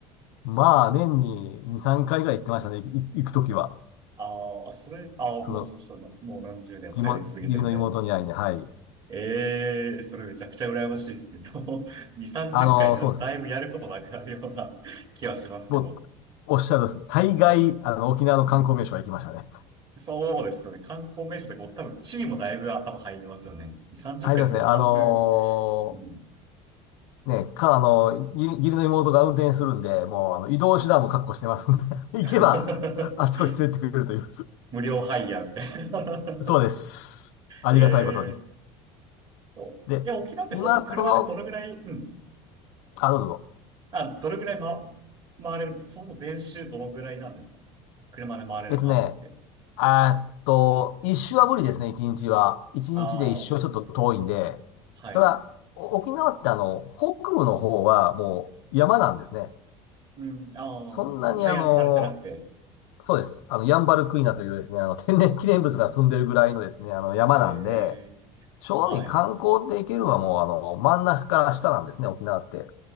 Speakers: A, on the left; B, on the right.
A: まあ、年に2、3回ぐらい行ってましたね、い行くときは。
B: ああ、それ、ああ、
A: その、
B: もうそうそう、もう何十年も通い続けてるみたいな。
A: 義母義理の妹に会いに、はい。
B: ええそれめちゃくちゃ羨ましいですね。<laughs> でも2、30回でもだいぶやることなくなるような
A: あの、そうです。
B: <laughs> 気はしますけど。
A: もう、おっしゃるです。大概、あの、沖縄の観光名所は行きましたね。
B: うん。そうですよね。観光名所とかも多分地理もだいぶ頭入りますよね。2、30回っかいって言ったら半分。
A: あれですね、あの
B: うん。
A: ーね、か、あの、義義理の妹が運転するんで、もう、あの、移動手段も確保してますんで、
B: <laughs>
A: <laughs> 行けば、あちこち連れてくれるという。
B: 無料ハイヤーみたいな。
A: そうです。ありがたいことに。
B: <laughs> ええといや、
A: で、
B: 沖縄ってそうそう車でどのぐらい、
A: 今、その、
B: うん
A: あ、どうぞどうぞ。
B: あ、どれぐらい、ま、回れる、そうそう、練習どのぐらいなんですか車で回れる範囲って。
A: えっとね、あーっと、一周は無理ですね、一日は。一日で一周はちょっと遠いんで。
B: ああ、はい。
A: ただ、お沖縄ってあの、北部の方はもう山なんですね。
B: うん、ああ、もう開発されてなくて。
A: そんなにあの、そうです。あの、ヤンバルクイナというですね、あの、天然 <laughs> 記念物が住んでるぐらいのですね、あの、山なんで、
B: ええ、
A: 正味観光で行けるのはもうあの、
B: はい。
A: 真ん中から下なんですね、沖縄って。